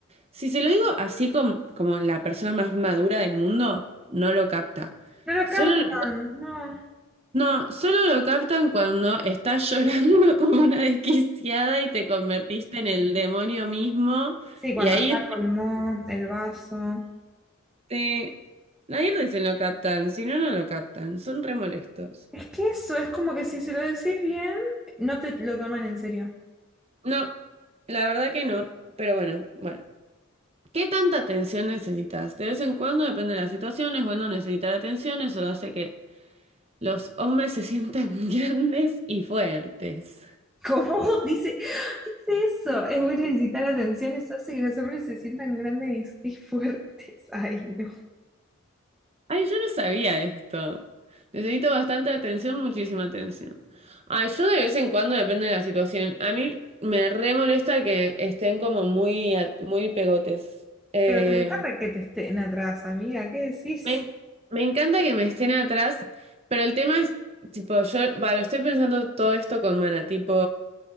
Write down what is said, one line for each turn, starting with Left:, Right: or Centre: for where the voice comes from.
Right: Si se lo digo así com- como la persona más madura del mundo, no lo capta.
Centre: no lo
Right: Solo
Centre: captan,
Right: lo,
Centre: no.
Right: no, solo lo captan cuando estás llorando <laughs> como una desquiciada y te convertiste en el demonio mismo.
Centre: Sí, cuando
Right: Y ahí
Centre: ya colmó el vaso.
Right: rete- ahí recién lo captan, si no, no lo captan. Son re molestos.
Centre: Es que eso, es como que si se lo decís bien, no te lo toman en serio.
Right: No, la verdad que no. Pero bueno, bueno. ¿Qué tanta atención necesitas? De vez en cuando, depende de las situaciones, bueno, necesitar atención, eso hace que Los hombres se sientan <laughs> grandes y fuertes.
Centre: ¿Cómo <laughs> dice, dice eso? Es bueno necesitar atención, eso hace que los hombres se sientan grandes y, y fuertes. <laughs> Ay, no.
Right: Ay, yo no sabía esto. Necesito bastante atención, muchísima atención. Ay, yo de vez en cuando depende de la situación. A mí me re molesta que estén como muy, a- muy pegotes. Eh,
Centre: Pero te encanta que te estén atrás, amiga, ¿qué decís?
Right: me, me encanta que me estén atrás, pero el tema es, tipo, yo, bueno, estoy pensando todo esto con Mana, tipo,